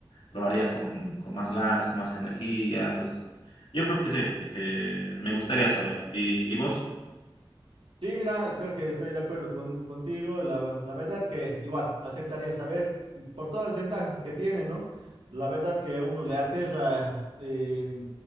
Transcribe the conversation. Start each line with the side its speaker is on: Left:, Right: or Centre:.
Left: lo haría con, con más ganas, con más energía, entonces yo creo que sí, eh, que me gustaría saber. ¿Y, y vos?
Right: Sí, mira, creo que estoy de acuerdo con, contigo. La, la verdad que igual aceptaría saber por todas las ventajas que tiene, ¿no? La verdad que a uno le aterra, eh,